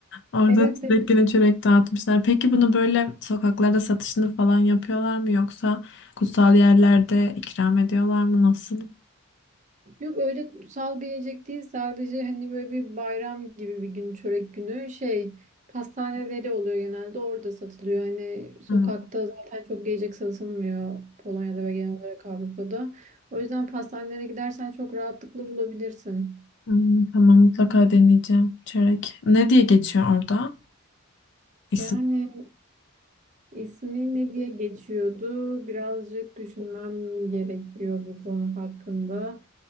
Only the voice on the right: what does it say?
Evet,
evet.
Yok öyle kutsal bir yiyecek değil sadece hani böyle bir bayram gibi bir gün çörek günü şey pastaneleri oluyor genelde orada satılıyor. Hani sokakta
zaten çok yiyecek satılmıyor Polonya'da ve genel olarak Avrupa'da. O yüzden pastanelere gidersen çok rahatlıkla bulabilirsin.
Yani İsmi ne diye geçiyordu? Birazcık düşünmem gerekiyor bu konu hakkında.